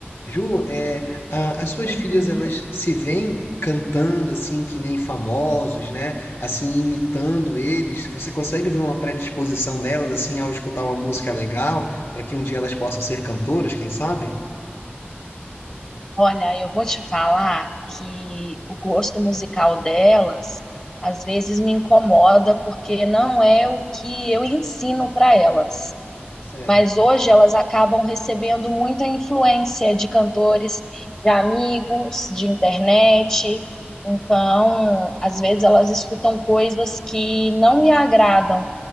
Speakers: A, on the left; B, on the left.
A: Ju, é, ah, as suas
B: uhum.
A: filhas, elas se veem cantando assim que nem famosos, né? Assim, imitando eles. Você consegue ver uma predisposição delas assim ao escutar uma música legal, para que um dia elas possam ser cantoras, quem sabe?
B: Olha, eu vou te falar que o gosto musical delas às vezes me incomoda porque não é o que eu ensino para elas.
A: Certo.
B: mas hoje elas acabam recebendo muita influência de cantores, de amigos, de internet. Então, às vezes elas escutam coisas que não me agradam,